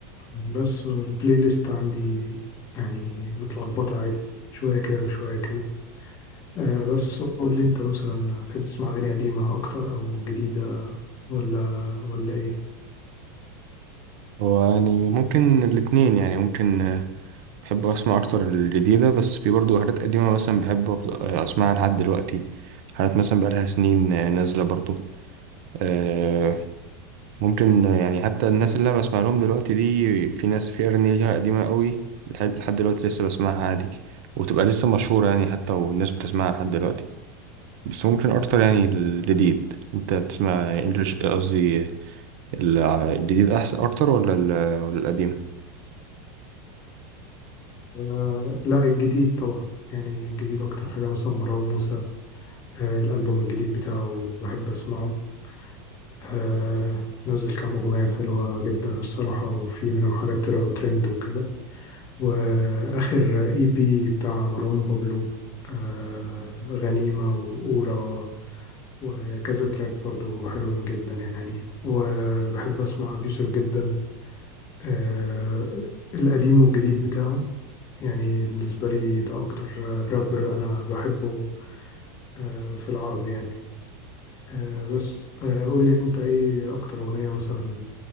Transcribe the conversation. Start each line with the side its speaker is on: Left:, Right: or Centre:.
Left: بس البلاي ليست عندي يعني متلخبطة عادي شوية كده وشوية كده آه بس قول لي انت مثلا بتحب تسمع أغاني قديمة أكتر أو جديدة ولا ولا ايه
Right: هو يعني ممكن الاتنين يعني ممكن بحب اسمع اكتر الجديده بس في برضو حاجات قديمه مثلا بحب أفض- اسمعها لحد دلوقتي حاجات مثلا بقالها سنين آه، نازله برضو آه، ممكن آه، يعني حتى الناس اللي انا بسمع لهم دلوقتي دي في ناس في اغاني ليها قديمه قوي لح- لحد دلوقتي لسه بسمعها عادي وتبقى لسه مشهوره يعني حتى والناس بتسمعها لحد دلوقتي بس ممكن اكتر يعني الجديد انت بتسمع انجلش قصدي ال- الجديد احسن اكتر ولا ال- ولا القديم
Left: آه لا الجديد طبعا يعني الجديد أكتر حاجة مثلا مروان موسى آه الألبوم الجديد بتاعه بحب أسمعه آه نزل كام أغنية حلوة جدا الصراحة وفي منهم حاجات طلعوا ترند وكده واخر اي بي بتاع مروان بابلو آه غنيمة وأورا وكذا تراك برضو حلوين جدا يعني وبحب اسمع ابي يوسف جدا آه القديم والجديد بتاعه يعني بالنسبة لي ده اكتر رابر انا بحبه آه في العربي يعني آه بس آه قول لي انت ايه اكتر اغنية مثلا